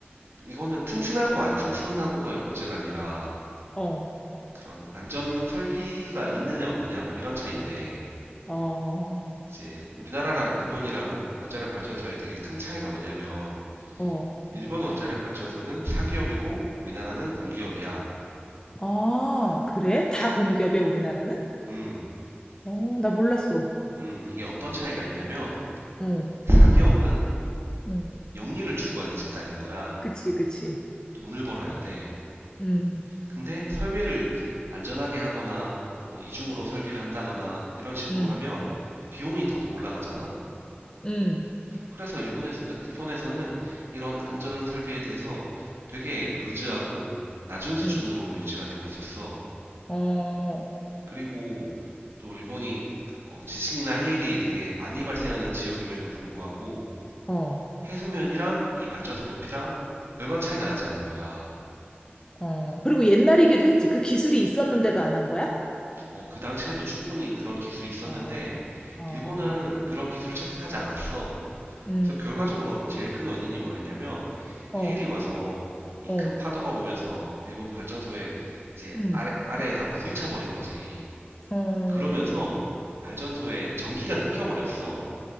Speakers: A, on the right; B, on the left.
A: 이거는 튼튼하고 안 튼튼하고가 문제가 아니라
B: 어.
A: 그런 안전 설비가 있느냐 없느냐 뭐 이런 차이인데
B: 어.
A: 이제 우리나라랑 일본이랑 원자력 발전소의 되게 큰 차이가 뭐냐면
B: 어.
A: 일본 원자력 발전소는 사기업이고 우리나라는 공기업이야.
B: 아, 그래? 다 공기업이야, 우리나라는?
A: 음,
B: 어, 나 몰랐어.
A: 음, 이게 어떤 차이가 있냐면
B: 응.
A: 사기업은
B: 응.
A: 영리를 추구하는 집단인 거야.
B: 그치, 그치.
A: 돈을 벌어야 돼.
B: 음,
A: 근데 설비를 안전하게 하거나 뭐 이중으로 설비를 한다거나 이런 식으로
B: 음,
A: 하면 비용이 더 올라가잖아.
B: 음,
A: 그래서 일본에, 일본에서는 이런 안전 설비에 대해서 되게 루즈하고 낮은 수준으로
B: 음.
A: 유지가 되고 있었어.
B: 어,
A: 그리고 또 일본이 어, 지진이나 해일이 되게 많이 발생하는 지역임에도 불구하고
B: 어,
A: 해수면이랑 이 발전소 높이랑 별반 차이가 나지 않는 거야.
B: 어. 그리고 옛날이기도 했지. 그 기술이 있었는데도 안 한 거야?
A: 어, 그 당시에도 충분히 그런 기술이 있었는데,
B: 어, 어,
A: 일본은 그런 기술을 채택하지 않았어.
B: 음,
A: 그래서 결과적으로 제일 큰 원인이 뭐였냐면,
B: 어,
A: 헤일이 와서 이
B: 어,
A: 큰 파도가 오면서 일본 발전소에 이제
B: 음,
A: 아래, 아래에 다 물이 차버린 거지.
B: 어,
A: 그러면서 발전소에 전기가 끊겨버렸어.